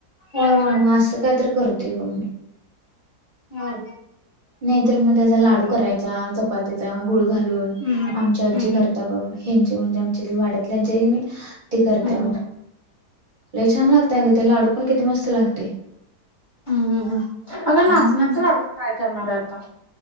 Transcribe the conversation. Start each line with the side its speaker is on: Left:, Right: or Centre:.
Left: होय होय होय.
Right: मग आसं कायतर करते बघ मी
Left: हम्
Right: नाही तर म त्याचा लाडू करायचा चपातीचा गुळ घालून
Left: हम्म हम्म
Right: आमची आजी करत्या बघ ह्यांची म्हणजे आमच्या वाड्यात आजी आहे की नाय ती
Left: हम्म
Right: करत्या बघ लय छान लागतय अगं ते लाडू पण ते मस्त लागते
Left: हम् हम् हम अगं नाचण्याचा
Right: हम्म.
Left: लाडू ट्राय करणार आहेत का